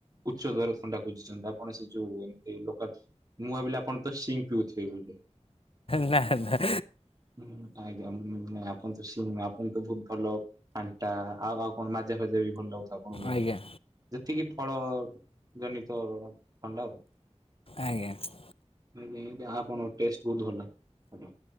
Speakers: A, on the right (about 35°); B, on the left (about 55°).
A: ଉଚ୍ଚଦାର ଥଣ୍ଡା ଖୋଜିଛନ୍ତି ଆପଣ ସେ ଯୋଉ ଏମତି ଲୋକାଚ୍ ମୁଁ ଭାବିଲି ଆପଣ ତ ସିଙ୍କ୍ ପିଉଥିବେ ବୋଲି।
B: ନା ନା।
A: ହୁଁ ଆଜ୍ଞା ଆପଣ ତ ସିଙ୍କ୍ ଆପଣ ତ ବହୁତ ଭଲ ଫାଣ୍ଟା ଆଉ ଆଉ କଣ ମାଜା ଫାଜା ବି ଭଲ ଲାଗୁ ଆପଣ ବୋଧେ
B: ଆଜ୍ଞା
A: ଯେତିକି ଫଳ-ଅ-ଅ-ଅ ଜନିତ ଥଣ୍ଡା ଆଉ
B: ଆଜ୍ଞା।
A: ଯେମିତି ଆପଣଙ୍କ ଟେଷ୍ଟ ବହୁତ ଭଲ ଭଲ।